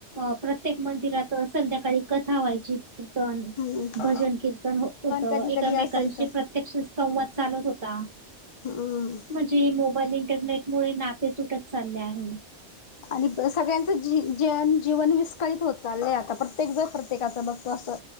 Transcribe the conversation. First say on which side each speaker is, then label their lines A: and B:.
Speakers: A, on the right; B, on the left.
A: अ प्रत्येक मंदिरात संध्याकाळी कथा व्हायची कीर्तन
B: हम्म
A: भजन, कीर्तन होत
B: कधी
A: एकामेकांशी
B: कधी असायचं
A: प्रत्यक्ष संवाद चालत होता.
B: हम्म.
A: जी मोबाईल, इंटरनेट मुळे नाते तुटत चालले आहे.
B: आणि सगळ्यांचं जी जन जीवन विस्कळीत होत चाललंय आता प्रत्येक जर प्रत्येकाचं बघतो असं.